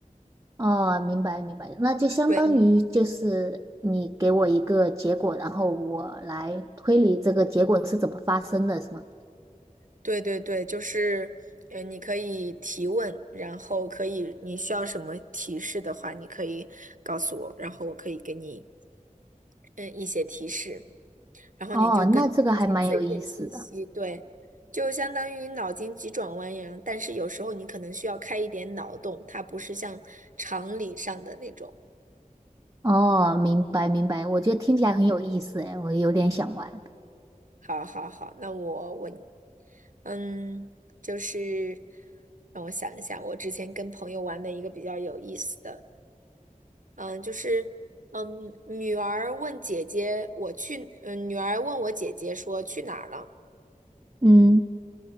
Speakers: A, on the right; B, on the right.
A: 哦，明白明白，那就相当于就是你给我一个结果，
B: 对。
A: 然后我来推理这个结果是怎么发生的，是吗？
B: 对对对，就是，嗯，你可以提问，然后可以，你需要什么提示的话，你可以告诉我，然后我可以给你，嗯，一些提示，然后你就根据这些碎片信息，
A: 哦，那这个还蛮有意思的。
B: 对，就相当于脑筋急转弯一样，但是有时候你可能需要开一点脑洞，它不是像常理上的那种。
A: 哦，明白明白，我觉得听起来很有意思诶，我有点想玩。
B: 好好好，那我问你，嗯，就是让我想一下，我之前跟朋友玩的一个比较有意思的。嗯，就是，嗯，女儿问姐姐我去，嗯，女儿问我姐姐说去哪儿了，
A: 嗯